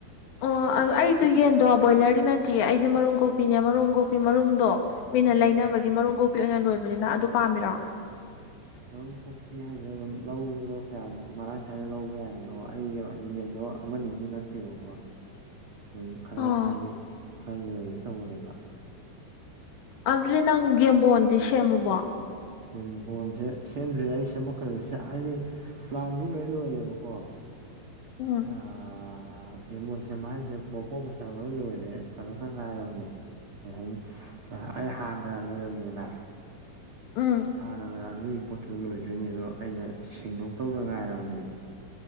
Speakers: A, on the left (about 70°); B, on the right (about 80°).
A: ꯑꯣ ꯑꯩꯗꯣ ꯌꯦꯟꯗꯣ ꯕꯣꯏꯂꯔꯗꯤ ꯅꯠꯇꯦ ꯑꯩꯗꯤ ꯃꯔꯨꯝ ꯀꯣꯛꯄꯤꯅꯦ ꯃꯔꯨꯝ ꯀꯣꯛꯄꯤ ꯃꯔꯨꯝꯗꯣ ꯃꯤꯅ
B: ꯎꯝ
A: ꯂꯩꯅꯕꯒꯤ ꯃꯔꯨꯝ ꯀꯣꯛꯄꯤ ꯑꯣꯏꯅ ꯂꯣꯏꯕꯅꯤꯅ ꯑꯗꯨ ꯄꯥꯝꯃꯤꯔꯣ
B: ꯃꯔꯨꯝ ꯀꯣꯛꯄꯤ ꯍꯥꯏꯁ ꯑꯗꯨꯝ ꯂꯧꯕꯗꯣ ꯀꯌꯥꯝ ꯃꯔꯥꯡ ꯀꯥꯏꯅ ꯂꯧꯕ ꯌꯥꯏꯅꯣ ꯑꯩꯗꯣ ꯌꯦꯟꯗꯣ ꯑꯃ ꯅꯤꯒꯤ ꯅꯠꯇꯦꯕꯀꯣ
A: <inaudible>
B: ꯁꯨꯝ ꯈꯔ
A: ꯑꯣ
B: ꯍꯥꯏꯗꯤ ꯈꯔ ꯂꯣꯏꯒꯦ ꯇꯧꯕꯅꯦꯕ
A: ꯑꯗꯨꯗꯤ ꯅꯪ ꯌꯦꯝꯕꯣꯟꯗꯤ ꯁꯦꯝꯃꯕꯣ
B: ꯌꯦꯟꯕꯣꯟꯁꯦ ꯁꯦꯝꯗ꯭ꯔꯤ ꯑꯩ ꯁꯦꯝꯃꯛꯀꯗꯣꯢ ꯍꯥꯏꯗꯤ ꯄ꯭ꯂꯥꯟꯗꯤ ꯂꯣꯏ ꯂꯣꯏꯔꯦꯕꯀꯣ
A: ꯎꯝ
B: ꯑ ꯑ ꯌꯦꯟꯕꯣꯟ ꯁꯦꯝꯕ ꯍꯥꯏꯁꯦ ꯃꯄꯣꯠ ꯃꯆꯥꯛ ꯂꯣꯏ ꯂꯣꯏꯔꯦ ꯀꯩꯅꯣꯇ ꯉꯥꯏꯔꯕꯅꯦ ꯀꯩ ꯍꯥꯏꯅꯤ ꯑꯩ ꯍꯥꯟꯅ ꯂꯣꯏꯔꯝꯃꯤꯅ
A: ꯎꯝ
B: ꯍꯥꯟꯅ <unintelligible> ꯑꯗꯨꯒꯤ ꯄꯣꯠꯇꯨ ꯂꯣꯏꯗꯣꯏꯅꯦ ꯑꯗꯣ ꯑꯩꯅ ꯁꯦꯡꯗꯣꯛ ꯇꯧꯗꯅ ꯉꯥꯏꯔꯕꯅꯦꯕ